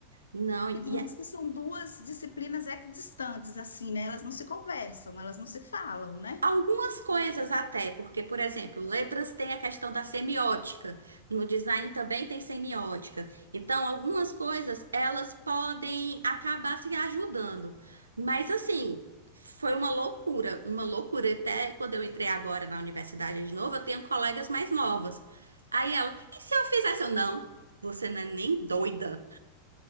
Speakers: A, on the right; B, on the left.
A: Não. E
B: Ainda mais que são duas disciplinas equidistantes, assim, né? Elas não se conversam, elas não se falam, né?
A: Algumas coisas até, porque, por exemplo, letras tem a questão da semiótica, no design também tem semiótica. Então, algumas coisas elas podem acabar se ajudando. Mas assim, foi uma loucura, uma loucura. Até quando eu entrei agora na universidade de novo, eu tenho colegas mais novas. Aí ela, e se eu fizesse? Eu, não, você não é nem doida.